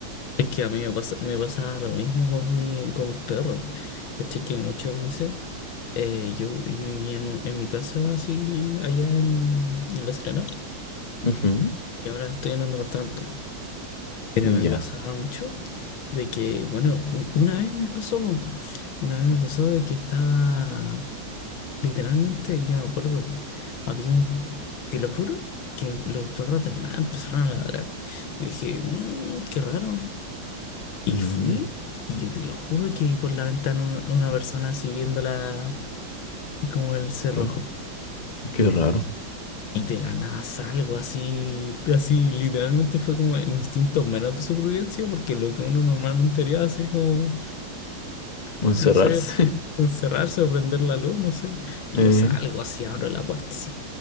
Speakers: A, on the left (about 85°); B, on the left (about 30°).
A: Es que a mí me pasa, me pasa lo mismo con mi, con mis perros. ¿Cachai? Que muchas veces eh, yo, yo vivía en, un- en mi casa así allá en, en La Serena
B: Ujú,
A: y ahora estoy en un departamento. Pero
B: ya.
A: me pasaba mucho de que, bueno, u- una vez me pasó, po. una vez me pasó de que estaba, literalmente, yo me acuerdo, había un, te lo juro, que los perros de la nada empezaron a ladrar. Y dije, "Mm, qué raro. Y
B: Mm,
A: fui, y yo te lo juro que vi por la ventana un- una persona así viéndola como el cerrojo.
B: ay, qué raro,
A: Y de la nada salgo así, así literalmente fue como el instinto menos de supervivencia, porque lo que uno normalmente haría así es como,
B: encerrarse.
A: no sé,
B: <laughs>
A: encerrarse o prender la luz, no sé. Y
B: eh,
A: yo salgo así, abro la puerta así.